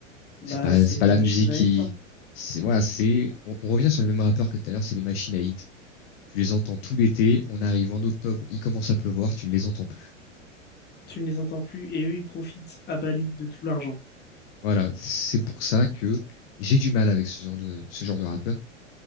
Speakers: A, on the left; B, on the left.
A: Bah,
B: C'est pas,
A: c'est
B: c'est
A: une
B: pas la
A: machine
B: musique
A: à
B: qui,
A: hit, hein.
B: c'est voilà, c'est. On, on revient sur les mêmes rappeurs que tout à l'heure, c'est les machines à hit. Tu les entends tout l'été. On arrive en octobre, il commence à pleuvoir, tu ne les entends plus.
A: Tu ne les entends plus et eux, ils profitent à Bali de tout l'argent.
B: Voilà, c'est pour ça que j'ai du mal avec ce genre de ce genre de rappeur.